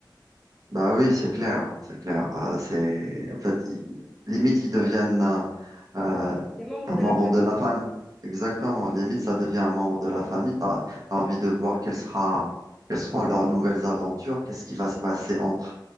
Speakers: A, on the right (about 45°); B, in the centre.
A: Bah oui, c'est clair, c'est clair. Euh, c'est, en fait, ils- limite, ils deviennent. euh, euh,
B: des membres
A: un
B: de
A: membre
B: la famille.
A: de la famille. Exactement. Limite, ça devient un membre de la famille. T'as, t'as envie de voir quelle sera, quelles seront leurs nouvelles aventures, qu'est-ce qui va se passer entre